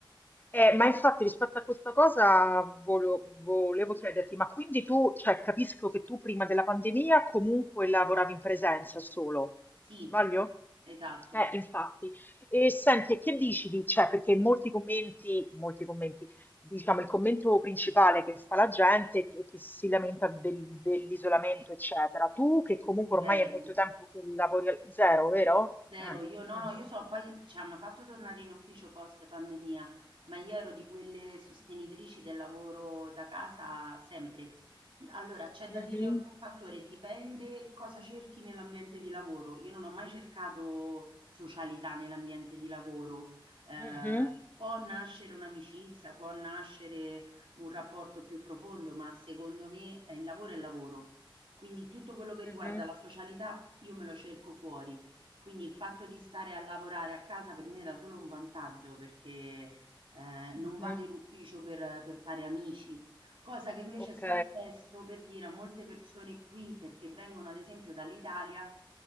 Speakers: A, on the left; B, on the right.
A: Eh, ma infatti rispetto a questa cosa volo- volevo chiederti, ma quindi tu, cioè, capisco che tu prima della pandemia comunque lavoravi in presenza solo,
B: Sì,
A: sbaglio?
B: esatto,
A: Eh, infatti. E senti, e che dici di, cioè, perché molti commenti, molti commenti, diciamo, il commento principale che fa la gente è che, che si lamenta del- dell'isolamento, eccetera. Tu, che comunque
B: vero.
A: ormai è molto tempo che lavori al zero, vero?
B: Zero,
A: Eh.
B: io no,
A: mhm,
B: no, io so poi ci hanno fatto tornare in ufficio post pandemia, ma io ero di quelle sostenitrici del lavoro da casa sempre. Allora, c'è da
A: mhm,
B: dire un fattore, dipende cosa cerchi nell'ambiente di lavoro. Io non ho mai cercato socialità nell'ambiente di lavoro. Eh,
A: mhm,
B: può nascere un'amicizia, può nascere un rapporto più profondo, ma secondo me eh, il lavoro è lavoro. Quindi tutto quello che riguarda
A: mhm.
B: la socialità io me lo cerco fuori. Quindi il fatto di stare a lavorare a casa per me era solo un vantaggio perché, ehm,
A: Mhm.
B: non vado in ufficio per per fare amici, cosa che invece
A: Ok.
B: è successo, per dire, a molte persone qui, perché vengono ad esempio dall'Italia